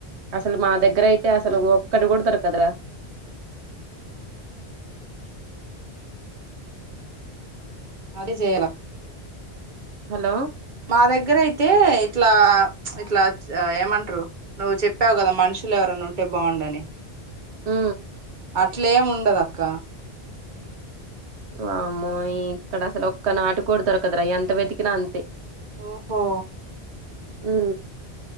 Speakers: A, on the right; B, on the right.
A: అసలు మా దగ్గరయితే అసలు ఒక్కటి కూడా దొరకదరా
B: అది చేయలా
A: హలో
B: మా దగ్గరయితే ఇట్లా ఇట్లా ఏమంటారు నువ్వు చెప్పావు కదా మనుషులు ఎవరనా ఉంటే బాగుండని
A: ఆ
B: అట్లేము ఉండదు అక్క
A: వామ్మో ఈ ఇక్కడ అసలు ఒక్క నాటు కూడా దొరకదురా ఎంత వెతికినా అంతే
B: ఓహో
A: మ్మ్